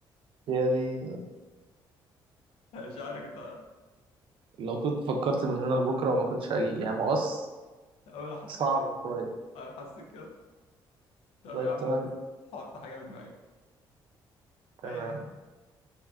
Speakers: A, on the right; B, on the left.
A: هي دي
B: مش عارف انت
A: لو كنت فكرت من هنا لبكرة ما كنتش هجي يعني مقص
B: <laughs> انا حسيت
A: صعب
B: كده
A: شوية
B: انا حسيت كده طب
A: طيب
B: يا عم
A: تمام
B: حط حاجة في دماغك
A: تمام
B: أي حاجة